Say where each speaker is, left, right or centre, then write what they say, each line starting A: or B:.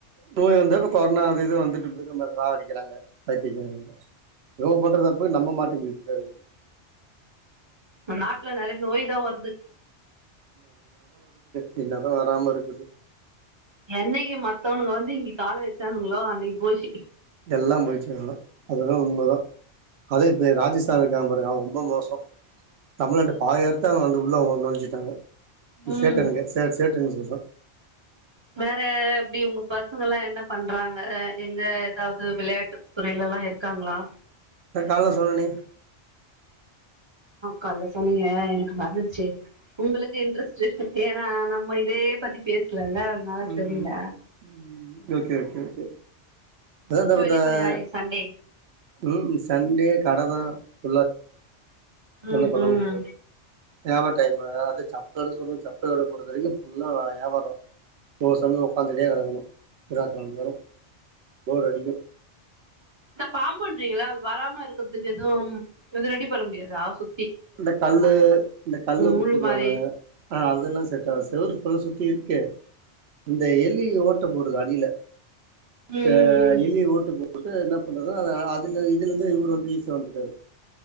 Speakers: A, on the right; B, on the right.
A: நோய் வந்துர்க் கொர்னா அது இதுன்னு வந்துட்டு போயிட்டு நம்ப ராவடிக்றாங்க பைத்தியக்காரங்க ஏவோ பண்ற தப்புக்கு நம்ப மாட்டின்னு முழிக்கற்தாருக்கு
B: நா நாட்ல நெறைய நோய்தா வர்து
A: பின்னதா வராம இருக்குது
B: என்னெக்கி மத்தவனுங்க வந்து இங்க கால வச்சானுங்களோ அன்னிக்கு போயிஸ்சி
A: எல்லா போய்ச்சு அவ்ளோதா அத தா உண்மதா அதே இப்ப ராஜஸ்தானு இருக்கா பாருங்க அவ ரொம்ப மோசோ தமிழ்நாட்டுல பாதி இடத்த அவங்க வந்து உள்ள நொலஞ்சுட்டாங்க
B: ம்
A: சேட்டனுங்க சே சேட்டன்னு சொல்ற
B: வேற எப்டி ஒங்க பசங்கல்லா என்ன பண்றாங்க எங்க ஏதாவது விளையாட்டு துறையிலல்லா இருக்காங்ளா
A: அத கால்ல சொன்னனே
B: கால்ல சொன்னீங்க எனக்கு மறந்துர்ச்சு உங்களுக்கு இன்ட்ரெஸ்ட் <unintelligible> ஆ நம்ம இதே பத்தி பேசலல்ல அதனால
A: உம்
B: தெரியல
A: ம் ஓக்கே ஓக்கே ஓக்கே <unintelligible>
B: எங்க வெளிய போலயா இன்னைக்கு சண்டே
A: உம் சண்டே கடதா <unintelligible>
B: ம்
A: ஒண்ணு பண்ண
B: ம்
A: முடியாது <unintelligible> அத சாப் <unintelligible> பொறது வரைக்கு ஃபுல்லா வியாபார தோசன்ன உகாந்துட்டே கடக்கணு <unintelligible> போர் அடிக்கு
B: இந்த பாம்புன்றீங்கள அது வராம இருக்றதுக்கு எதும் எது ரெடி பன்ன முடியாதா சு
A: இந்த கல்லு இந்த கல்லு கூப்பிடுவாங்க
B: முள்ளு மாரி
A: ஆஹ் அதெல்லா செட்டாவாது செவுரு லா சுத்தி இருக்கே இந்த எலி ஓட்ட போடுது அடில
B: ம்
A: அ
B: ம் ம்
A: எலிய ஓட்டு போ போட்டு என்ன பண்றது அதுல இதுல இருந்து இவரு வந்து ஈஸியா வந்துட்டாரு